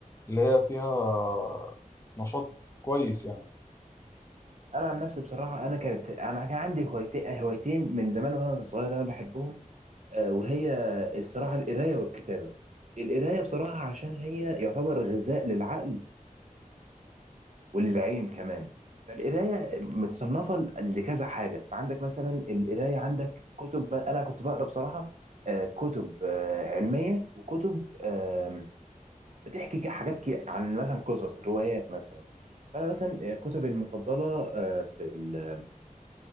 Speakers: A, on the left (about 20°); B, on the right (about 55°).
A: اللي هي فيها آه، نشاط كويس يعني
B: انا عن نفسي بصراحه انا كانت انا كان عندي هوايتين هوايتين من زمان وانا صغير انا بحبهم آه، وهي الصراحه القرايه والكتابه القرايه بصراحه عشان هي يعتبر غذاء للعقل والعين كمان فالقرايه متصنفه ل- لكذا حاجه فعندك مثلا القرايه عندك كتب بقى- انا كنت بقرا بصراحه آه، كتب آه، علميه وكتب آم، بتحكي ك- حاجات كي- عن مثلا قصص روايات مثلا فانا مثلا آه، كتبي المفضله آه، في ال-